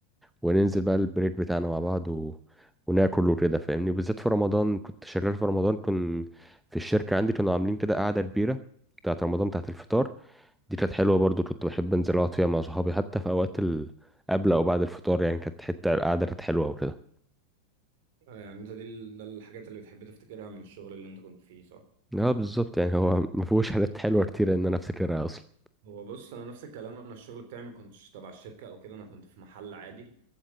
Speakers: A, in the centre; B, on the right (about 50°).
A: وننزل بقى البريك بتاعنا مع بعض و... وناكل وكده فاهمني وبالذات في رمضان كنت شغال في رمضان كنت في الشركة عندي كانوا عاملين كده قعدة كبيرة بتاعت رمضان بتاعت الفطار دي كانت حلوة برضو كنت بحب انزل اقعد فيها مع صحابي حتى في اوقات ال... قبل او بعد الفطار يعني كانت حتة القعدة كانت حلوة وكده
B: آه، يعني انت دي ال- ده الحاجات اللي بتحب تفتكرها من الشغل اللي انت كنت فيه صح
A: اه بالظبط يعني هو ما فيهوش حاجات حلوة كتير ان انا افتكرها اصلا
B: هو بص انا نفس الكلام انا الشغل بتاعي ما كنتش تبع الشركه او كده انا كنت في محل عادي